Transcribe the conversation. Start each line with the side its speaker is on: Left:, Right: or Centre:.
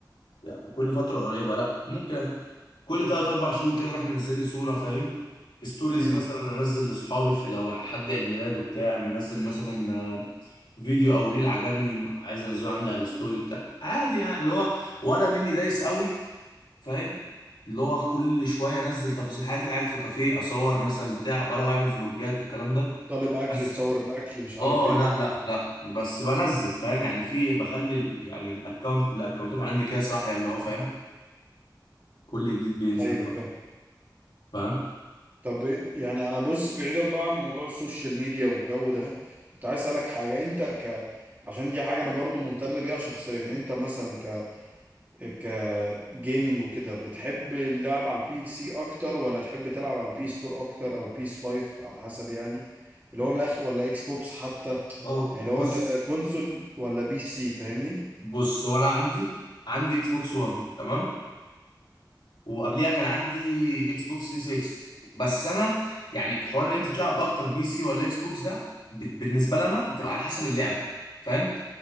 Left: يعني كل فترة قريبة لا ممكن كل تلات أربع شهور كده أروح منزل لي صورة فاهم ستوريز
Right: امم
Left: مثلا أنزل لأصحابي في لو حد عيد ميلاده بتاع منزل مثلا آه، فيديو أو ريل عجبني عايز أنزله عندي على الستوري بتاعي عادي يعني اللي هو ولا مني دايس قوي فاهم اللي هو كل شويه انزل تفاصيل حياتي قاعد في كافيه اصور مثلا بتاع ولا بعمل فلوجات والكلام ده
Right: طالب اكل
Left: بس
Right: تصور الاكل مش عارف
Left: اه
Right: ايه
Left: لا لا لا بس بنزل فاهم يعني في بخلي ال- يعني الاكونت الاكونتات عندي كده صاحيه اللي هو فاهم كل جديد بينزل
Right: ايوه فاهم
Left: فاهم
Right: طب إيه- يعني انا بص بعيدا بقى عن موضوع السوشيال ميديا والجو ده كنت عايز اسالك حاجه انت ك عشان دي حاجه انا برضو مهتم بيها شخصيا انت مثلا ك ك جيمنج وكده بتحب اللعب على البي سي اكتر ولا تحب تلعب على البيس 4 اكتر او البيس 5 على حسب يعني اللي هو من الاخر ولا اكس بوكس حتى
Left: اه
Right: يعني
Left: بص
Right: لو انت كونسول ولا بي سي فاهمني
Left: بص هو انا عندي عندي اكس بوكس
Right: مم.
Left: 1 تمام وقبليها كان عندي اكس بوكس 360 بس انا يعني حوار ان انت تلعب اكتر بي سي ولا اكس بوكس ده بت- بالنسبه لنا بتبقى على حسب اللعبه فاهم